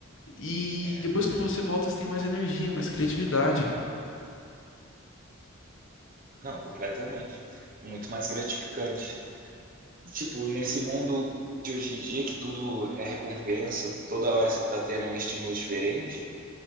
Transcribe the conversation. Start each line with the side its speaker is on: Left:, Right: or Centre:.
Left: E
Right: é.
Left: depois quando você volta, você tem mais energia, mais criatividade.
Right: Não, completamente. É muito mais gratificante. E, tipo, nesse mundo de hoje em dia, que tudo é recompensa, toda hora você tá tendo um estímulo diferente,